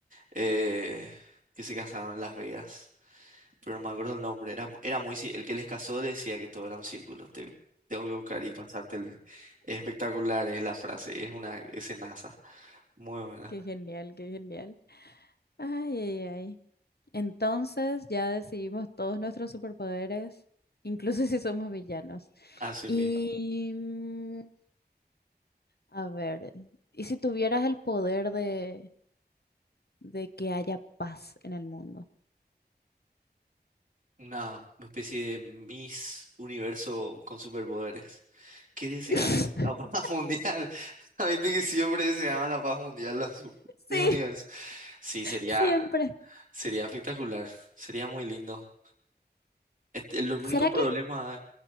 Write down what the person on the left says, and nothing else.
Qué genial, qué genial. Ay, ay, ay. Entonces ya decidimos todos nuestros superpoderes, incluso <laughs> si somos villanos.
Y
mm, A ver, ¿y si tuvieras el poder de, de que haya paz en el mundo?
<laughs>
Sí,
siempre.
¿Será
que?